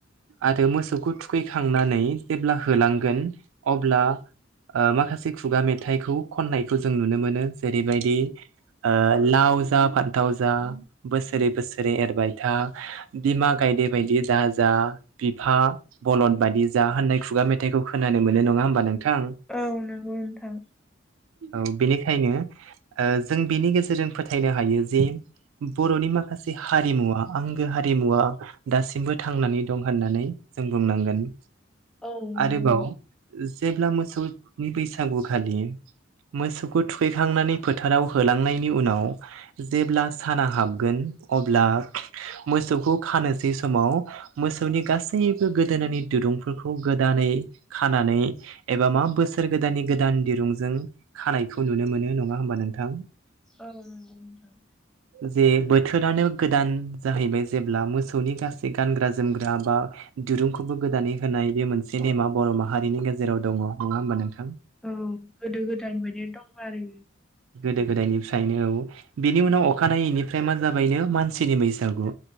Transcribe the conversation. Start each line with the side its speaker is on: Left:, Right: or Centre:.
Right: आरो मोसौखौ थुखैखांनानै जेब्ला होलांगोन अब्ला ओलमाखासे खुगा मेथाइखौ खननायखौ जों नुनो मोनो जेरैबायदि ओ लाव जा फान्थाव जा बोसोरै बोसोरै एरबाय था बिमा गायदे बायदि दाजा बिफा बलन बायदि जा होननाय खुगा मेथाइखौ खोनानो मोनो नङा होमबा नोंथां
Centre: औ नंगौ नोंथां।
Right: औ बेनिखायनो ओ जों बिनि गेजेरजों फोथायनो हायो जि बर'नि माखासे हारिमुवा आंगो हारिमुआ दासिमबो थांनानै दं होननानै जों बुंनांगोन
Centre: औ नोंगौ
Right: आरोबाव जेब्ला मोसौनि बैसागुखालि मोसौखौ थुखैखांनानै फोथाराव होलांनायनि उनाव जेब्ला साना हाबगोन अब्ला मोसौखौ खानोसै समाव मोसौनि गासैबो गोदोनानि दुरुंफोरखौ गोदानै खानानै एबा मा बोसोर गोदाननि गोदान दिरुंजों खानायखौ नुनो मोनो नङा होमबा नोंथां
Centre: औ नंगौ नोंथां
Right: जे बोथोरानो गोदान जाहैबाय जेब्ला मोसौनि गासै गानग्रा जोमग्रा बा दिरुंखौबो गोदानै होनाय बे मोनसे नेमा बर' माहारिनि गेजेराव दङ नङा होमबा नोंथां
Centre: औ गोदो गोदायनि बायदि दं आरो
Right: गोदो गोदायनिफ्रायनो बिनि उनाव अखानायैनिफ्राय मा जाबायनो मानसिनि बैसागु